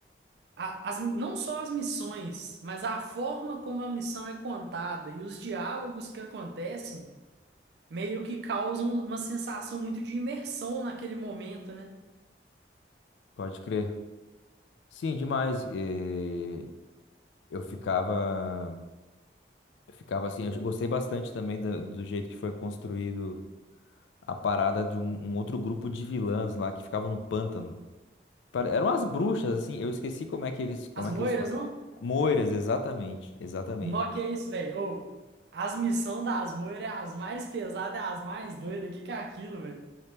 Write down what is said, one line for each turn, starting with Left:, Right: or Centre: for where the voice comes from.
Right: a- as, não só as missões, mas a forma como a missão é contada e os diálogos que acontecem meio que causam uma sensação muito de imersão naquele momento, né?
Left: Pode crer. Sim, demais. Eh, Eu ficava, eu ficava assim, eu gostei bastante também do do jeito que foi construído a parada de um, um outro grupo de vilãs lá que ficavam no pântano. Pare- Eram as bruxas, assim, eu esqueci como é que eles, como
Right: As
Left: é
Right: moiras,
Left: que eles falam.
Right: não?
Left: Moiras, exatamente, exatamente.
Right: Nó que é isso, velho. Ou, as missões das moiras é as mais pesadas, é as mais doidas. O que que é aquilo, velho?